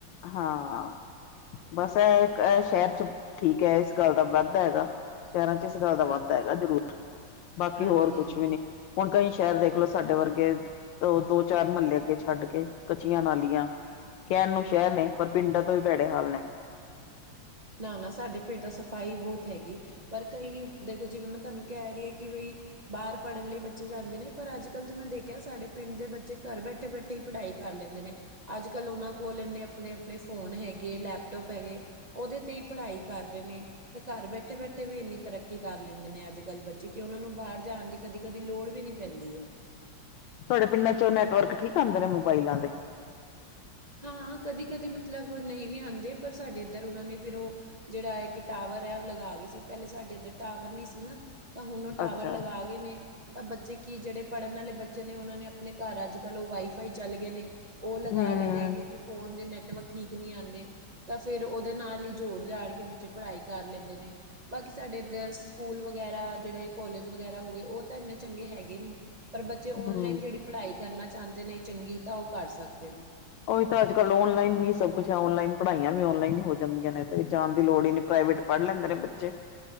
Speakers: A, on the left (about 75°); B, on the right (about 45°).
A: ਹਾਂ, ਬਸ ਇਹ ਸ਼ਹਿਰ'ਚ ਠੀਕ ਹੈ, ਇਸ ਗੱਲ ਦਾ ਵੱਧਦਾ ਹੈਗਾ। ਸ਼ਹਿਰਾਂ 'ਚ ਇਸ ਗੱਲ
B: ਹੈ
A: ਦਾ ਵੱਧ ਹੈਗਾ ਜ਼ਰੂਰ। ਬਾਕੀ
B: ਹਾਂਜੀ
A: ਹੋਰ ਕੁਛ
B: ਹਾਂਜੀ
A: ਵੀ ਨੀ, ਹੁਣ ਕਈ ਸ਼ਹਿਰ ਦੇਖਲੋ ਸਾਡੇ ਵਰਗੇ ਉਹ ਦੋ ਚਾਰ- ਮਹੱਲੇ ਅੱਗੇ ਛੱਡ ਕੇ, ਕਚੀਆਂ ਨਾਲੀਆਂ, ਕਹਿਣ ਨੂੰ ਸ਼ਹਿਰ ਨੇ, ਪਰ ਪਿੰਡਾਂ ਤੋਂ ਵੀ ਭੈੜੇ ਹਾਲ ਨੇ।
B: ਨਾ- ਨਾ, ਸਾਡੇ ਪਿੰਡ ਤਾਂ ਸਫ਼ਾਈ ਬਹੁਤ ਹੈਗੀ। ਪਰ ਕਈ, ਦੇਖੋ ਜਿਵੇਂ ਮੈਂ ਤੁਹਾਨੂੰ ਕਹਿ ਰਹੀ ਹਾਂ ਕਿ ਬਈ ਬਾਹਰ ਪੜ੍ਹਨ ਲਈ ਬੱਚੇ ਜਾਂਦੇ ਨੇ, ਪਰ ਅੱਜ -ਕੱਲ੍ਹ ਤਾਂ ਮੈਂ ਦੇਖਿਆ ਸਾਡੇ ਪਿੰਡ ਦੇ ਬੱਚੇ ਘਰ ਬੈਠੇ ਘਰ ਬੈਠੇ ਹੀ ਪੜ੍ਹਾਈ ਕਰ ਲੈਂਦੇ ਨੇ। ਅੱਜ -ਕੱਲ੍ਹ ਉਹਨਾਂ ਕੋਲ ਇੰਨੇ ਆਪਣੇ -ਆਪਣੇ ਫੋਨ ਹੈਗੇ, ਲੈਪਟੋਪ ਹੈਗੇ। ਉਹਦੇ 'ਤੇ ਹੀ ਪੜ੍ਹਾਈ ਕਰ ਰਹੇ ਨੇ। ਤੇ ਘਰ ਬੈਠੇ -ਬੈਠੇ ਵੀ ਇੰਨੀ ਤਰੱਕੀ ਕਰ ਲੈਂਦੇ ਨੇ, ਅੱਜ- ਕੱਲ੍ਹ ਬੱਚੇ ਕਿ ਉਹਨਾਂ ਨੂੰ ਬਾਹਰ ਜਾਣ ਦੀ ਕਦੀ- ਕਦੀ ਲੋੜ ਵੀ ਨੀ ਪੈਂਦੀ ਹੈ।
A: ਤੁਹਾਡੇ ਪਿੰਡਾਂ 'ਚੋਂ, ਨੈਟਵਰਕ ਠੀਕ ਆਉਂਦੇ ਮੋਬਾਇਲਾਂ ਦੇ?
B: ਹਾਂ, ਕਦੀ -ਕਦੀ ਮਤਲਬ ਨਹੀਂ ਵੀ ਆਉਂਦੇ, ਪਰ ਸਾਡੇ ਇੱਧਰ ਉਹਨਾਂ ਨੇ ਫਿਰ ਉਹ ਜਿਹੜਾ ਇੱਕ ਟਾਵਰ ਹੈ, ਉਹ ਲਗਾ ਗਏ ਸੀ, ਪਹਿਲੇ ਸਾਡੇ ਇੱਧਰ ਟਾਵਰ ਨੀ ਸੀ ਨਾ। ਤਾਂ, ਹੁਣ ਉਹ ਟਾਵਰ
A: ਅੱਛਾ
B: ਲਗਾ ਗਏ ਨੇ। ਤਾਂ ਬੱਚੇ ਕੀ ਜਿਹੜੇ ਪੜ੍ਹਨ ਵਾਲੇ ਬੱਚੇ ਨੇ, ਉਹਨਾਂ ਨੇ ਆਪਣੇ ਘਰ ਅੱਜ -ਕੱਲ੍ਹ ਉਹ ਵਾਈਫਾਈ ਚੱਲ ਗਏ ਨੇ। ਉਹ ਲਗਾ
A: ਹਮ
B: ਲੈਣੇ, ਕਿਉਂਕਿ ਫੋਨ ਦੇ ਨੈਟਵਰਕ ਠੀਕ ਨਹੀਂ ਆਂਦੇ। ਤਾਂ ਫੇਰ ਉਹਦੇ ਨਾਲ ਹੀ ਜੋੜ- ਜਾੜ ਕੇ ਬੱਚੇ ਪੜ੍ਹਾਈ ਕਰ ਲੈਂਦੇ ਨੇ। ਬਾਕੀ ਸਾਡੇ ਇੱਧਰ ਸਕੂਲ ਵਗੈਰਾ ਜਿਹੜੇ, ਕੋਲਜ ਵਗੈਰਾ ਹੋ ਗਏ, ਉਹ ਤਾਂ ਇੰਨੇ ਚੰਗੇ ਹੈਗੇ ਨੀ। ਪਰ ਬੱਚੇ ਔਨਲਾਈਨ
A: ਹਮ
B: ਜਿਹੜੀ ਪੜ੍ਹਾਈ ਕਰਨਾ ਚਾਹੁੰਦੇ ਨੇ, ਚੰਗੀ ਤਾਂ ਉਹ ਕਰ ਸਕਦੇ ਨੇ।
A: ਉਹੀ ਤਾਂ ਅੱਜ- ਕੱਲ ਔਨਲਾਈਨ ਹੀ ਸਭ ਕੁਛ। ਔਨਲਾਈਨ ਪੜ੍ਹਾਈਆਂ ਵੀ, ਔਨਲਾਈਨ ਹੀ ਹੋ ਜਾਂਦੀਆਂ ਨੇ, ਤੇ ਜਾਣ ਦੀ ਲੋੜ ਹੀ ਨਹੀਂ, ਪ੍ਰਾਈਵੇਟ ਪੜ੍ਹ ਲੈਂਦੇ ਨੇ ਬੱਚੇ।